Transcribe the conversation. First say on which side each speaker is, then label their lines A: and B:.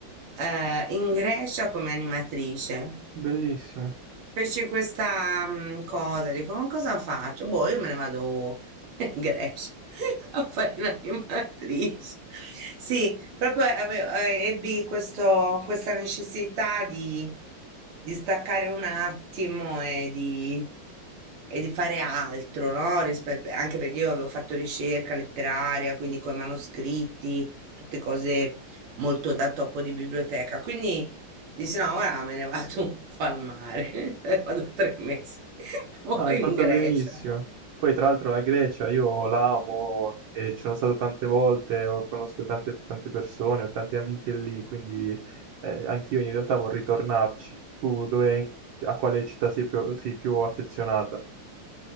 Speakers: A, on the right; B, on the right.
A: eh, in Grecia come animatrice.
B: Bellissimo.
A: Feci questa mm, cosa, dico, ma cosa faccio? Boh, io me ne vado in Grecia <laughs> a fare l'animatrice. Sì, proprio avevo, eh, ebbi questo, questa necessità di, di staccare un attimo e di, e di fare altro, no? Rispetto, anche perché io avevo fatto ricerca letteraria, quindi con i manoscritti, tutte cose molto da topo di biblioteca. Quindi Dici no, ora me ne vado un po' al mare, <laughs> vado tre mesi, <laughs> poi
B: No, hai fatto
A: in Grecia.
B: benissimo. Poi, tra l'altro, la Grecia io l'amo e ci sono stato tante volte, ho- conosco tante, tante persone, ho tante amiche lì, quindi eh, anch'io in realtà vorrei tornarci. Tu dove, a quale città sei più, sei più affezionata?